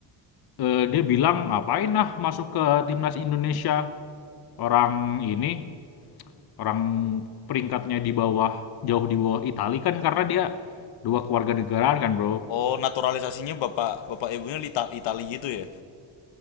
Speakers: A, on the left; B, on the left.
A: eh, dia bilang ngapain lah masuk ke timnas Indonesia orang ini orang peringkatnya di bawah jauh di bawah Italia kan karena dia dua keluarga negaraan kan bro
B: oh naturalisasinya bapak bapak ibunya Lita, Itali gitu ya?